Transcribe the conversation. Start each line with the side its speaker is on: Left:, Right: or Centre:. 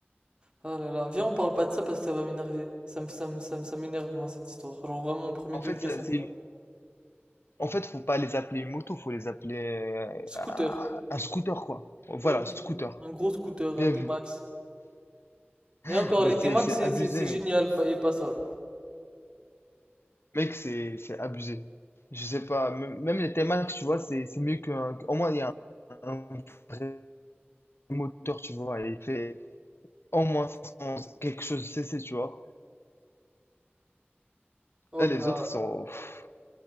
Right: Ah là là, viens, on parle pas de ça parce que ça va m'énerver. Ça me, ça me- ça me- ça m'énerve, moi, cette histoire. Genre, vraiment, au premier
Left: En
Right: degré,
Left: fait ça,
Right: ça m'énerve.
Left: c'est, une- en fait faut pas les appeler une moto, faut les appeler
Right: Scooter.
Left: euh, un scooter quoi. Voilà,
Right: Ouais,
Left: scooter.
Right: un gros scooter,
Left: Bien
Right: un T-Max.
Left: vu. <laughs>
Right: Et encore,
Left: Bah
Right: les
Left: c'est
Right: T-Max,
Left: c'est
Right: c'est
Left: abusé
Right: c'est- c'est génial,
Left: mec,
Right: pas- et pas ça.
Left: mec c'est c'est abusé. Je sais pas, même même les T-Max tu vois, c'est c'est mieux qu'un, au moins il y a un, un vrai moteur tu vois, et il fait au moins 500, quelque chose CC tu vois.
Right: Oh
Left: Là les
Right: bah.
Left: autres sont, pff,